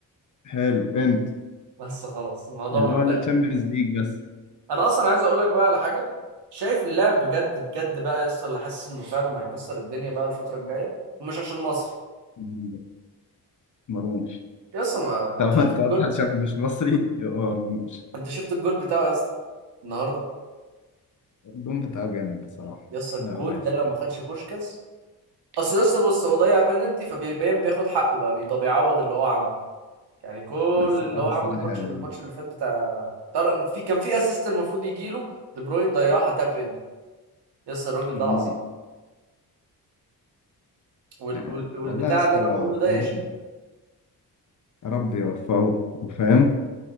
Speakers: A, on the left (about 50°); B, on the right (about 80°).
A: حلو انت
B: بس خلاص الموضوع
A: اللي هو
B: منتهي
A: اللي تشامبيونز ليج بس
B: انا اصلا عايز اقول لك بقى على حاجه شايف اللاعب بجد بجد بقى يس اللي حاسس انه فعلا هيكسر الدنيا بقى الفتره الجايه ومش عشان مصر
A: مم. مرموش
B: يس ما
A: طب
B: انت شفت
A: ما انت
B: الجول
A: قلت عشان مش مصري يبقى مرموش
B: انت شفت الجول بتاعه يا اسطى النهارده
A: الجون بتاعه جامد بصراحة
B: يس الجول
A: لا هو يستاهل
B: ده لو ما خدش بوشكاس اصل لسه بص هو ضيع بينالتي فبيبين بياخد حقه بقى بي- ده بيعوض اللي هو عمله يعني كل
A: بس
B: اللي
A: هو
B: هو عمله
A: الصراحة
B: الماتش
A: يعني
B: الماتش اللي فات بتاع طارق في كان في اسيست المفروض يجيله دي بروين ضيعها تاب ان يس الراجل
A: مم.
B: ده عظيم وال...
A: يعني
B: وال... والبتاع
A: والله يا اسطى
B: اللي انا بقوله ده
A: يا
B: يشهد
A: رب يا رب يوفقه وفاهم